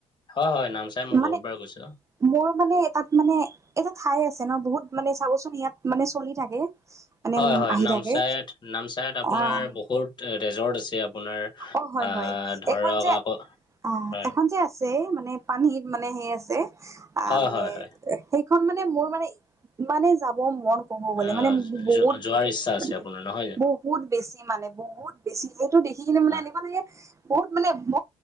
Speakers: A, on the left; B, on the right.
A: হয় হয়, নামচাই মই
B: মানে
A: বহুত বাৰ গৈছো।
B: মোৰ মানে তাত মানে এটা ঠাই আছে ন বহুত মানে চাবচোন ইয়াত মানে চলি থাকে। মানে
A: হয়
B: উম
A: হয়
B: আহি
A: নামচাইত,
B: থাকে
A: নামচাইত আপোনাৰ
B: আহ
A: বহুত ৰেজৰ্ট আছে আপোনাৰ।
B: অ হয়
A: আহ
B: হয়,
A: ধৰক
B: এখন যে
A: আকৌ
B: অ
A: হয়
B: এখন যে আছে মানে পানীত মানে সেই আছে আ
A: হয়
B: মানে
A: হয় হয়
B: এ সেইখন মানে মোৰ মানে ইমানে যাব মন কব গলে
A: অ
B: মানে মো মোক
A: যোৱাৰ ইচ্ছা আছে
B: বহুত মানে
A: আপোনাৰ নহয় জানো
B: বহ বহুত বেছি মানে বহুত বেছি এইটো দি খিকিনে মানে
A: হয়
B: এনেকুৱা লাগে বহুত মানে ব